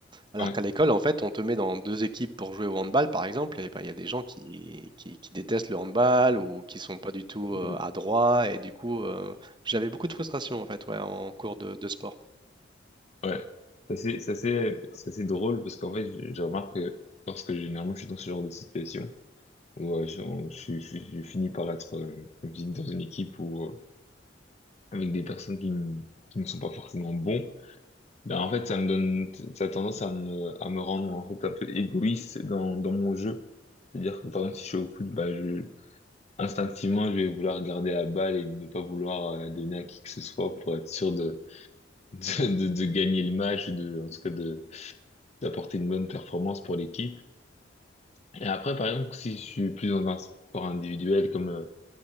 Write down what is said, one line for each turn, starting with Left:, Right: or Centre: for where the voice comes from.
Right: Alors
Left: a- ouais.
Right: qu'à l'école, en fait, on te met dans 2 équipes pour jouer au handball, par exemple, et ben, il y a des gens qui, qui, qui détestent le handball ou qui sont pas du tout
Left: <laughs>
Right: euh, adroits. Et du coup, euh, j'avais beaucoup de frustration, en fait, ouais, en cours de, de sport.
Left: Ouais, ça c'est ça c'est ça c'est drôle parce qu'en fait je, je remarque que lorsque généralement je suis dans ce genre de situation où euh, je, on- je, suis- je, je finis par être euh, comme je dis, dans une équipe où euh, avec des personnes qui, ne- qui ne sont pas forcément bons, ben en fait ça me donne ça a tendance à me à me rendre en fait un peu égoïste dans dans mon jeu. C'est-à-dire que par exemple si je suis au foot, bah je instinctivement je vais vouloir garder la balle et ne pas vouloir euh, la donner à qui que ce soit pour être sûr de <laughs> de, de, de gagner le match, ou de en tout cas de d'apporter une bonne performance pour l'équipe. Et après, par exemple, si je suis plus dans un sport individuel, comme euh,